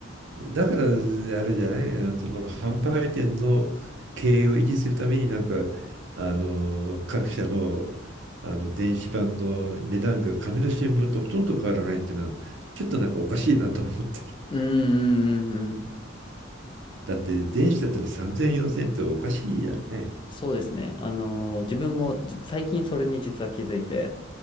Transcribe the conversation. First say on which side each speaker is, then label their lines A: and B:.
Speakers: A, on the right; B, on the left.
A: だから、あれじゃない、あのその販売店の経営を維持するために、なんか、あの、各社の、あの、電子版の値段が紙の新聞とほとんど変わらないっていうのは、ちょっとなんかおかしいなと思って。
B: うん、
A: <laughs>
B: うん、うん、うん。うん
A: だって、電子だったら三千四千っておかしいじゃんね。
B: そうですね。あの、自分もじ最近それに実は気づいて、